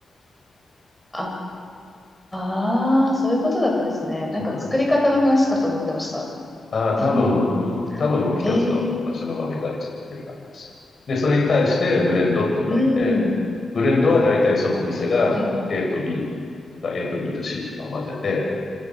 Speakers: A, in the centre; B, on the left.
A: ああー、そういうことだったですね。なんか作り方の話かと思ってました。
B: そうなんですよね。ああ、多分、
A: <laughs>
B: うん多分一つの場所の豆から作ってるはずです。
A: ええ
B: で、それに対してブレンドっていうのがあって、
A: うん。
B: ブレンドは大体そのお店が
A: はいはい。
B: A と B とか A と B と C とかを混ぜて、